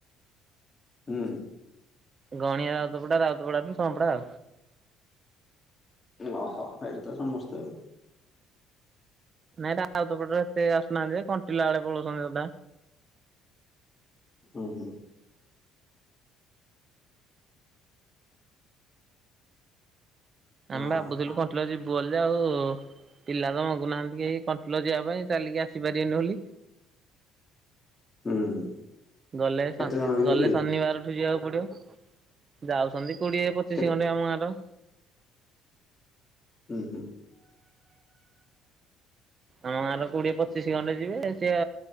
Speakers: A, on the left (about 15°); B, on the right (about 30°).
A: ହୁଁ।
B: ଗନିଆ ରତ ପଢଟା ରାତ ପଡ଼ା ସମ୍ପଡ଼ା
A: ଓହୋ ଏଇଠ ତ ସମସ୍ତେ
B: ନାଇଁ ରାଉତ ପଟରେ ଏତେ ଆସୁନାହାନ୍ତି କଣ୍ଟିଲା ବେଳେ ପଳଉସନ୍ତି ଅଧା। <inaudible>
A: ହୁ ହୁଁ। ହଁ
B: ଆମେ ଭାବୁଥିଲୁ କଣ୍ଟିଲା ଯିବୁ। ପ୍ଲାୟ ଆଉ ପିଲା ର ମାଗୁନାହାନ୍ତି କେହି କଣ୍ଟଲ ଯିବା ପାଇଁ ଚାଲିକି ଆସିପାରିବେନି ବୋଲି।
A: ହୁଁ।
B: ଗଲେ
A: କେତେ ଜଣ ଯିବ
B: ଗଲେ
A: କି?
B: ଶନିବାରଠୁ ଯିବା ପଡିବ। ଯାଉସନ୍ତି କୋଡିଏ ପଚିଶି
A: କେ
B: ଖଣ୍ଡେ ଆମ ଗାଁର
A: ହୁ ହୁଁ।
B: ଆମ ଗାଁ ର କୋଡିଏ ପଚିଶି ଖଣ୍ଡେ ଯିବେ ସିଏ